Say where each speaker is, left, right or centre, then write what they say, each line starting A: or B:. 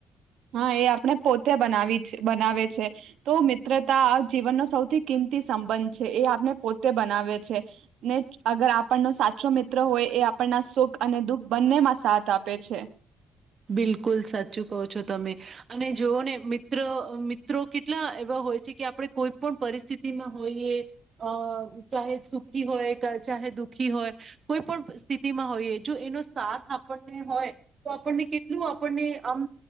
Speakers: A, on the right; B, on the right.
A: હા, એ આપને પોતે બનાવી છે બનાવે છે. તો મિત્રતા જીવનનો સૌથી કિંમતી સંબંધ છે એ આપને પોતે બનાવે છે ને અગર આપ પન ને સાચો મિત્ર હોય એ આપ પના સુખ અને દુઃખ બંનેમાં સાથ આપે છે.
B: બિલકુલ સાચું કહો છો તમે. અને જોઓ ને મિત્ર મિત્રો કેટલા એવા હોય છે કે આપડે કોઈ પણ પરિસ્થિતિમાં હોઈએ અહ ચાહે સુખી હોય ચાહે દુખી હોય કોઈ પણ સ્થિતિમાં હોઈએ જો એનો સાથ આપણને હોય તો આપણ ને કેટલું આપણને આમ